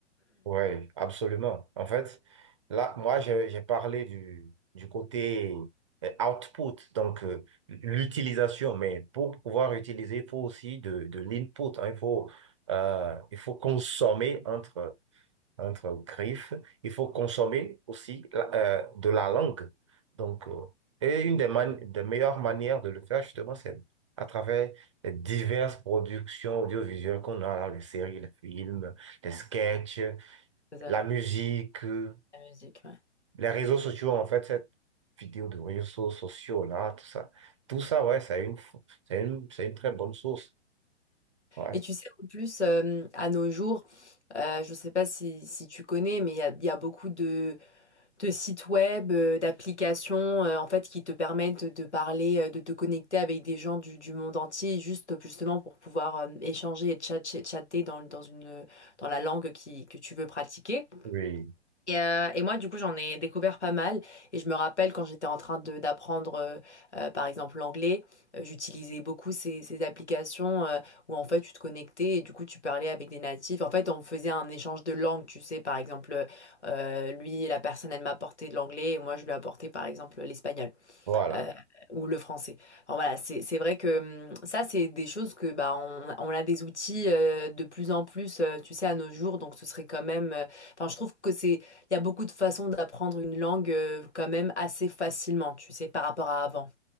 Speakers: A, on the right (about 30°); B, on the left (about 80°).
A: Oui, absolument. En fait, là, moi, j'ai j'ai parlé du, du côté euh, output, donc euh, l'utilisation, mais pour pouvoir utiliser, il faut aussi de, de l'input, hein, il faut, euh, il faut consommer entre entre griffes. Il faut consommer aussi la- euh, de la langue. Donc, euh, et une des, man- des meilleures manières de le faire, justement, c'est à travers les diverses productions audiovisuelles qu'on a, là, les séries, les films, les sketchs,
B: Totalement.
A: la musique, euh,
B: La musique, ouais.
A: les réseaux sociaux, en fait, cette vidéo de réseaux sociaux, là, tout ça. Tout ça, ouais, c'est une, f- c'est une, c'est une très bonne source. Ouais.
B: Et tu sais, en plus, euh, à nos jours, euh, je ne sais pas si, si tu connais, mais il y a, il y a beaucoup de, de sites web, euh, d'applications, euh, en fait, qui te permettent de parler, euh, de te connecter avec des gens du, du monde entier, juste justement pour pouvoir euh, échanger et tchat- tchat- chatter dans, dans une, dans la langue qui, que tu veux pratiquer.
A: Oui.
B: Et, euh, et moi, du coup, j'en ai découvert pas mal. Et je me rappelle quand j'étais en train de d'apprendre, euh, euh, par exemple, l'anglais, euh, j'utilisais beaucoup ces, ces applications euh, où en fait, tu te connectais et du coup, tu parlais avec des natifs. En fait, on faisait un échange de langues, tu sais. Par exemple, euh, lui, la personne, elle m'apportait de l'anglais et moi, je lui apportais, par exemple, l'espagnol
A: Voilà.
B: euh, ou le français. Alors voilà, c'est c'est vrai que hum, ça, c'est des choses que bah on, on a des outils euh, de plus en plus, euh, tu sais, à nos jours. Donc ce serait quand même. euh, Enfin, je trouve que c'est il y a beaucoup de façons d'apprendre une langue euh, quand même assez facilement, tu sais, par rapport à avant.